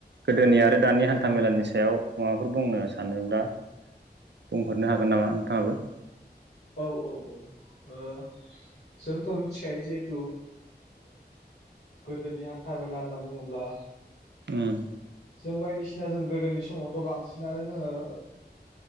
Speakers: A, on the right; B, on the left.
A: गोदोनि आरो दानि हान्था मेलानि सायाव माबाफोर बुंनो सानोब्ला। बुंहरनो हागोन नामा नोंथाङाबो?
B: औ औ औ जोंथ' मिथिखायो जिहेथु गोदोनि हान्था मेला होनना बुङोब्ला
A: उम
B: जों बायदिसिना जों गोदोनि समावथ'। बांसिनानो जोङो